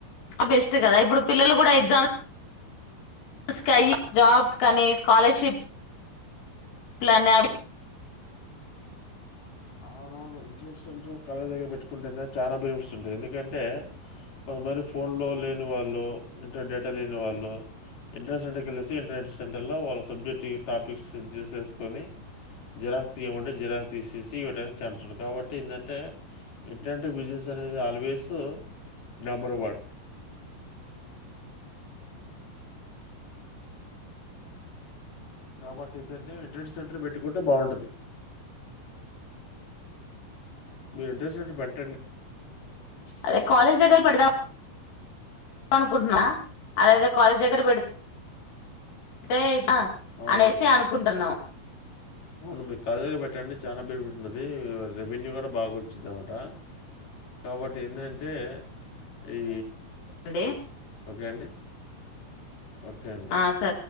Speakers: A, on the left; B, on the left.
A: బెస్ట్ కదా ఇప్పుడు పిల్లలు కూడా ఎగ్జామ్ స్ జాబ్స్ కానీ స్కాలర్షిప్ ప్లానవి
B: అవునవును ఇంటర్నెట్ సెంటర్ కాలేజ్ దగ్గర పెట్టుకుంటే చాలా బెనిఫిట్స్ ఉంటాయి. ఎందుకంటే కొంత మంది ఫోన్ లో లే వాళ్ళు ఇ డేటా లేని వాళ్ళు ఇంటర్నెట్ సెంటర్కి వెళ్ళెసి ఇంటర్నెట్ సెంటర్లో వాళ్ళ సబ్జెక్ట్ టి టాపిక్స్ సెట్ చేసేసుకొని జిరాక్స్ తీయమంటే జిరాక్స్ దిస్ ఈజ్ తీయడానికి ఛాన్స్ ఉంటాది కాబట్టి ఏందంటే ఎంటంటే బిజినెస్ అనేది ఆలోచ వేస్తూ నెంబర్ వన్ కాబట్టి ఏందంటే ఇంటర్నెట్ సెంటర్ పెట్టుకుంటే బాగుంటాది. మీరు ఇంట్రెస్ట్న్ బేట్టి
A: అదే కాలేజ్ దగ్గర పెడదాం అనుకుంటున్నా అదేదో కాలేజ్ దగ్గర పెడితే
B: అవును
A: అనేసి అనుకుంటున్నాం.
B: అవును మీ కాలేజ్ దగ్గర పెట్టండి చానా బెనిఫిట్స్ ఉంటది. ఇ రెవెన్యూ కూడా బాగా వచ్చిద్ధి అ కాబట్టి ఏందంటె టే ఈ
A: అండి
B: ఓకే అండి ఓకే అండి రైట్
A: ఆ, సరే